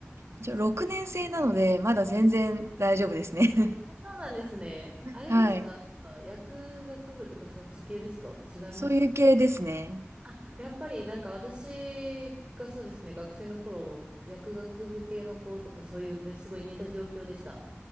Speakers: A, on the right; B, on the right.
A: 一応6年生なので、まだ全然大丈夫ですね。
B: あ、そうなんですね。
A: <laughs>
B: あれですかなんか薬学部とかそっち系ですか違います。
A: はい。そういう系ですね。
B: あ、やっぱりなんか私がそうですね、学生の頃、薬学部系の子とかそういうめすごい似た状況でした。